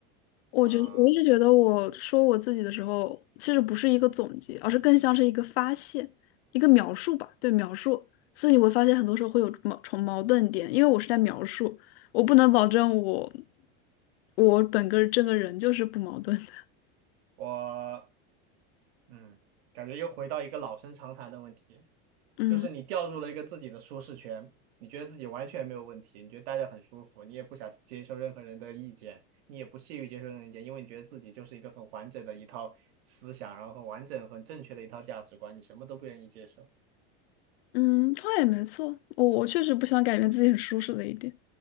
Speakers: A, on the left; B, on the right.
A: 我觉得我一直觉得，
B: 啊、
A: 我说我自己的时候，其实不是一个总结，而是更像是一个发现，一个描述吧。对，描述。所以你会发现，很多时候会有矛重矛盾点，因为我是在描述，我不能保证我我本个这个人就是不矛盾的。<laughs>
B: 我嗯，感觉又回到一个老生常谈的问题，
A: 嗯
B: 就是你掉入了一个自己的舒适圈，你觉得自己完全没有问题，你觉得待着很舒服，你也不想接受任何人的意见，你也不屑于接受任何意见，因为你觉得自己就是一个很完整的一套思想，然后很完整、很正确的一套价值观，你什么都不愿意接受，
A: 嗯，话也没错，我我确实不想改变自己很舒适的一点，